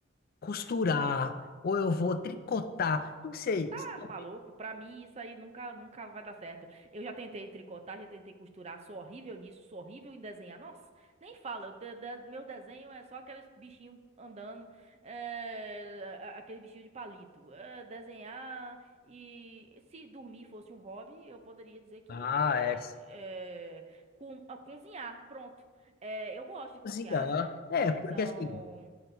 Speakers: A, on the left; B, on the right.
A: costurar, ou eu vou tricotar, não sei.
B: tá
A: sabe?
B: Maluco, pra mim isso aí nunca, nunca vai dar certo. Eu já tentei tricotar, já tentei costurar, sou horrível nisso, sou horrível em desenhar. Nossa, nem fala, eu te- de- meu desenho é só aqueles bichinhos andando, é, a- aqueles bichinhos de palito. É, desenhar e se dormir fosse um hobby, eu poderia dizer que
A: Ah, é,
B: é, co- ah, cozinhar, pronto. É, eu gosto de cozinhar,
A: cozinhar, é,
B: é,
A: porque
B: então.
A: assim,